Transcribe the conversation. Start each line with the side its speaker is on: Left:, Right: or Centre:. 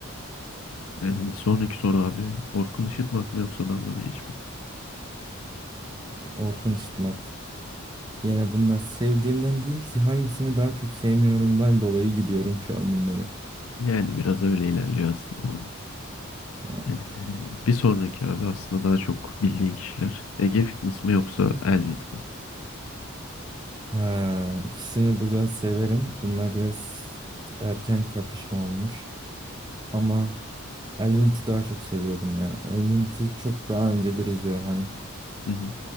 Left: Ee, sonraki soru abi Orkun Işıtmak mı yoksa Danla Bilic mi?
Right: Orkun Işıtmak. Yine bunlar sevdiğimden değil hangisini daha çok sevmiyorumdan dolayı gidiyorum şu an bunları.
Left: Yani biraz öyle ilerliyor aslında.
Right: Yani.
Left: Ee, Bir sonraki abi aslında daha çok bildiğin kişiler. Ege Fitness mi yoksa Elvin mi?
Right: Ha, ikisini bu yüzden severim. Bunlar biraz erken kapışma olmuş. Ama Elvint'i daha çok seviyorum ya. Elvint'i çok daha öncedir izliyorum. Hani
Left: Hı hı.